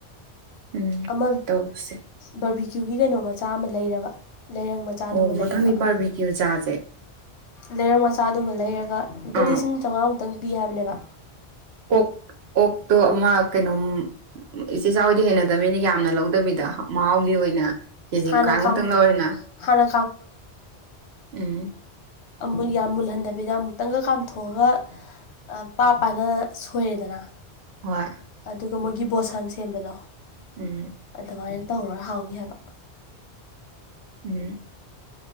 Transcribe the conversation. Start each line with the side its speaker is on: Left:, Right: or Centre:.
Right: ꯎꯝ
Left: ꯑꯃ
Right: ꯇꯧꯁꯦ
Left: ꯕꯔꯕꯤꯀ꯭ꯌꯨꯒꯤ ꯀꯩꯅꯣ ꯃꯆꯥ ꯑꯃ ꯂꯩꯔꯕ ꯂꯩꯔꯪ ꯃꯆꯥꯗꯨꯃ
Right: ꯑꯣ
Left: ꯂꯩꯔꯕ
Right: ꯃꯊꯪꯗꯤ ꯕꯥꯔꯕꯤꯀ꯭ꯌꯨ ꯆꯥꯁꯦ
Left: ꯂꯩꯔꯛ ꯃꯆꯥꯗꯨꯃ ꯂꯩꯔꯒ ꯂꯨꯄꯥ
Right: ꯑꯥ
Left: ꯂꯤꯁꯤꯡ ꯆꯥꯝꯃꯉꯥꯃꯨꯛꯇꯪ ꯄꯤ ꯍꯥꯏꯕꯅꯦꯕ
Right: ꯑꯣ ꯑꯣꯛꯇꯣ ꯑꯃ ꯀꯩꯅꯣ ꯏꯆꯦ ꯆꯥꯎꯗꯤ ꯍꯩꯅꯗꯕꯃꯤꯅ ꯌꯥꯝꯅ ꯂꯧꯗꯕꯤꯗ ꯃꯍꯥꯎꯒꯤ ꯑꯣꯏꯅ ꯀꯦꯖꯤ
Left: ꯍꯥꯟꯅ
Right: ꯃꯈꯥꯏꯃꯨꯛꯇꯪ ꯂꯧꯔꯦꯅ
Left: ꯍꯥꯟꯅ
Right: ꯎꯝ
Left: ꯨ ꯌꯥꯝ ꯃꯨꯜꯍꯟꯗꯕꯤꯗ ꯑꯃꯨꯛꯇꯪꯒ ꯀꯥꯝꯊꯣꯛꯑꯒ ꯄꯥꯞ ꯄꯅ ꯁꯣꯏꯌꯦꯦꯗꯅ
Right: ꯍꯣꯏ
Left: ꯑꯗꯨꯒ ꯃꯣꯏꯒꯤ ꯕꯣꯁꯥꯟ ꯁꯦꯝꯕꯗꯣ
Right: ꯎꯝ
Left: ꯑꯗꯨꯃꯥꯏꯅ ꯇꯧꯔꯒ ꯍꯥꯎꯅꯤ ꯍꯥꯏꯕ
Right: ꯎꯝ